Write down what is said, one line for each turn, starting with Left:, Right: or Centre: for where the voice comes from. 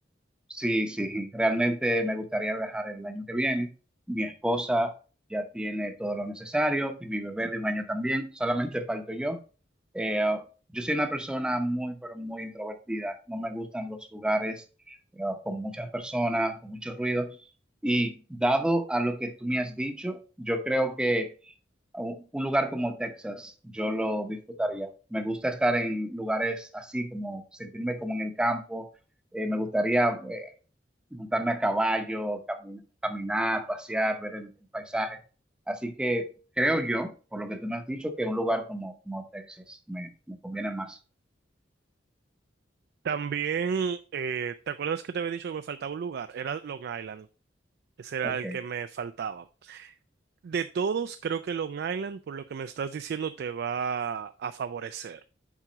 Centre: Sí, sí, realmente me gustaría viajar el año que viene. Mi esposa ya tiene todo lo necesario y mi bebé de un año también, solamente falto yo. Eh, yo soy una persona muy, pero muy introvertida. No me gustan los lugares eh, con muchas personas, con mucho ruido. Y dado a lo que tú me has dicho, yo creo que un un lugar como Texas, yo lo disfrutaría. Me gusta estar en lugares así, como sentirme como en el campo. Eh, me gustaría eh, montarme a caballo, cami- caminar, pasear, ver el, el paisaje. Así que creo yo, por lo que tú me has dicho, que un lugar como, como Texas me, me conviene más.
Right: También, eh, ¿te acuerdas que te había dicho que me faltaba un lugar? Era Long Island. Ese era
Centre: Ok,
Right: el que me faltaba. De todos, creo que Long Island, por lo que me estás diciendo, te va a favorecer.